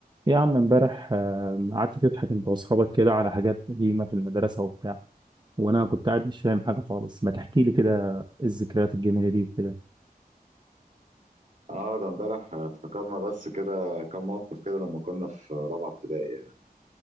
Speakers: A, on the right; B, on the right.
A: يا عم امبارح آه، قعدت تضحك انت واصحابك كده على حاجات قديمة في المدرسة وبتاع وانا كنت قاعد مش فاهم حاجة خالص ما تحكي لي كده الذكريات الجميلة دي وكده
B: اه ده امبارح افتكرنا بس كده كم موقف كده لما كنا في رابعه ابتدائي يعني.